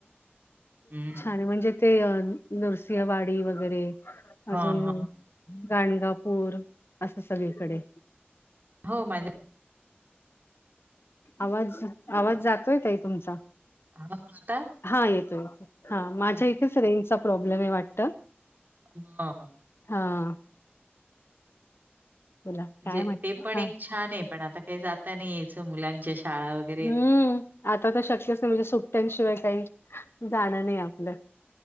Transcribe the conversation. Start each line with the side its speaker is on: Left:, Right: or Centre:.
Right: हम्म.
Left: आणि म्हणजे ते नरसिंहवाडी वगैरे अजून
Right: हां, हां.
Left: गाणगापूर असं सगळीकडे.
Right: हो माझ्या
Left: आवाज आवाज जातोय ताई तुमचा.
Right: हां, आता
Left: हा येतो येतो हा माझ्या
Right: हां,
Left: इथे रेंचचा प्रॉब्लेम आहे वाटतं.
Right: हा हा.
Left: हा. बोला
Right: म्हणजे
Left: काय म्हणता?
Right: ते पण
Left: हा
Right: एक छान आहे पण आता काही जाता नाही यायचं मुलांच्या शाळा वगैरे आहेत.
Left: हम्म, आता तर शक्यच नाही म्हणजे सुट्टयांशिवाय काही जाणं नाही आपलं.